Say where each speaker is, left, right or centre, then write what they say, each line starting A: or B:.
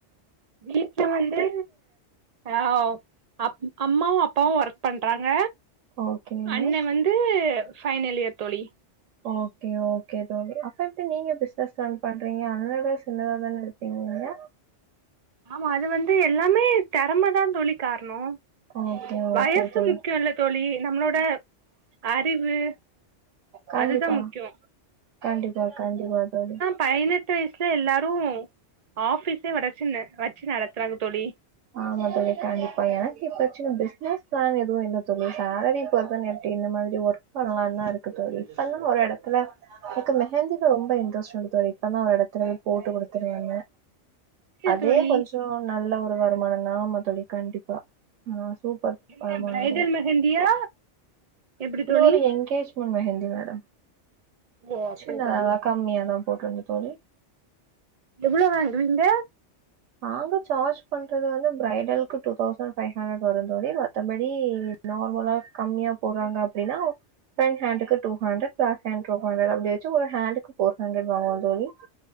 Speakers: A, on the right (about 50°); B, on the right (about 85°).
A: வீட்ல வந்து அ அப் அம்மாவும் அப்பாவும் ஒர்க் பண்றாங்க
B: ஓகேங்க.
A: அண்னே வந்து ஃபைனல் இயர் தோழி
B: ஓகே ஓகே தோழி அப்ப எப்படி நீங்க பிசினெஸ் ரன் பண்றீங்க அண்ணாதா சின்னதா தானே இருக் ப்பீங்களா
A: ஆமா அது வந்து எல்லாமே தறமைதான் தோழி காரணம்
B: ஓகே,
A: வயசு
B: ஓகே தோழி.
A: முக்கியம் இல்லத் தோழி நம்மளோட அறிவு
B: கண்டிப்பா,
A: அதுதான் முக்கியம்
B: கண்டிப்பா கண்டிப்பா தோழி
A: பதினெட்டு வயசுல எல்லாரு ஆபிஸே வடச்சென்ன வச்சு நடத்துறாங்க தோழி
B: ஆமா தோழி கண்டிப்பா எனக்கு இப்ப சின்ன பிசினஸ் பிளான் எதுவு இல்ல தோழி சேலரி பர்சன் இந்த மாதிரி ஒர்க் பண்ணலான் தா இருக்கு தோழி இப்பல்லா ஒரு எடத்துல எனக்கு மெஹந்தீல ரொம்ப இன்ட்ரெஸ்ட் உண்டு தோழி இப்பனா ஒரு எடத்துல போட்டு குடுத்துட்டு வந்த
A: இல்ல
B: அதே
A: தோழி
B: கொஞ்சோ நல்ல ஒரு வருமானந் தா ஆமா தோழி கண்டிப்பா ஆ சூப்பர்
A: என்ன
B: வருமானோ
A: பிரைடல்
B: அதுல
A: மெஹந்தியா எப்டி
B: இது
A: தோழி
B: ஒரு என்கேஜ் <unintelligible> மெஹந்தி மேடம்
A: ஓ அப்டி
B: சின்னத
A: தோழி
B: தா கம்மியாதா போட்டுருந்த தோழி
A: எவ்ளோ வாங்குவீங்க
B: நாங்க சார்ஜ் பண்றது வந்து ஃபிரைடலுக்கு டூ தௌசண்ட் ஃபைவ் ஹண்ட்ரட் வரு தோழி மத்தபடி நார்மலா கம்மியா போட்றாங்க அப்டின்னா பிரண்ட் ஹான்ட்டுக்கு டூ ஹாண்ரட் பேக் ஹேன்ட்க்கு டூ ஹண்ரட் அப்டிவெச்சி ஒரு ஹாண்டுக்கு போர் ஹண்ட்ரட் வாங்குவோ தோழி